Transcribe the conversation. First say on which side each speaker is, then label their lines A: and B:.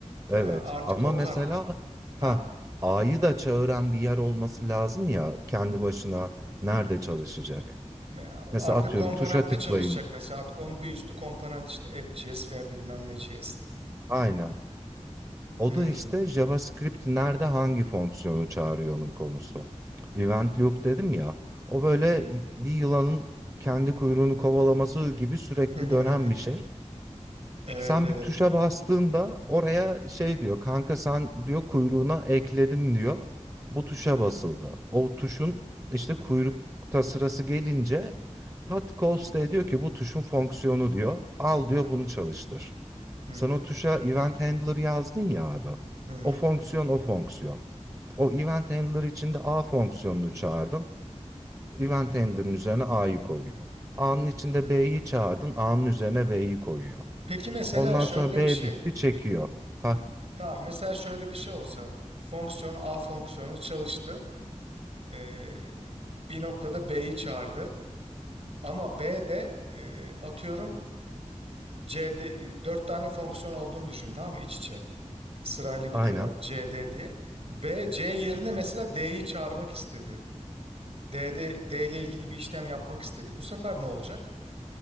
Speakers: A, on the right; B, on the right.
A: Değil
B: Evet.
A: mi? Artık
B: Ama
A: o
B: mesela
A: kart. Ha.
B: ha A'yı da çağıran bir yer olması lazım ya kendi başına nerede çalışacak?
A: me-
B: Mesela
A: Artık
B: atıyorum
A: komponentte
B: tuşa tıklayın.
A: çalışacak mesela. Artık onun bir üstü komponent işte app.js veya bilmem ne JS.
B: Aynen. O
A: Hmm.
B: da işte JavaScript nerede hangi fonksiyonu çağırıyor'nun konusu. Event loop dedim ya. O böyle bir yılanın kendi kuyruğunu kovalaması gibi sürekli
A: <laughs>
B: dönen bir şey.
A: Evet
B: Sen
A: evet.
B: bir tuşa bastığında oraya şey diyor kanka sen diyor kuyruğuna ekledim diyor. Bu tuşa basıldı. O tuşun işte kuyrukta sırası gelince Pat Coste diyor ki bu tuşun fonksiyonu diyor. Al diyor bunu çalıştır.
A: Hı
B: Sen
A: hı.
B: o tuşa event handler yazdın ya abi.
A: Hı hı.
B: O fonksiyon o fonksiyon. O event handler içinde A fonksiyonunu çağırdın. Event handler'ın üzerine A'yı koyuyor. A'nın içinde B'yi çağırdın. A'nın üzerine B'yi koyuyor.
A: Peki mesela
B: Ondan
A: şöyle
B: sonra B
A: bir şey.
B: bitti çekiyor. Ha,
A: Tamam mesela şöyle bir şey olsa fonksiyon A fonksiyonu çalıştı. Ee, bir noktada B'yi çağırdı. Ama B'de e, atıyorum C'de e, 4 tane fonksiyon olduğunu düşün tamam mı iç içe. Sırayla gidiyorlar
B: aynen.
A: C D diye. B, C yerine mesela D'yi çağırmak istedi. D'de D ile ilgili bir işlem yapmak istedi. Bu sefer ne olacak?